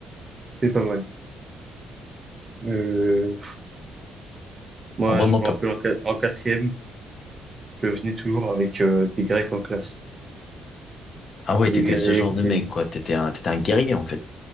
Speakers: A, on the right (about 30°); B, on the left (about 50°).
A: C'est pas mal. Euh, moi,
B: En vraiment
A: je me
B: pas.
A: rappelle en qua- en quatrième, je venais toujours avec euh, des Grecs en classe.
B: Ah ouais,
A: Des
B: t'étais
A: Grecs,
B: ce genre de
A: des,
B: mec, quoi. T'étais un, t'étais un guerrier, en fait.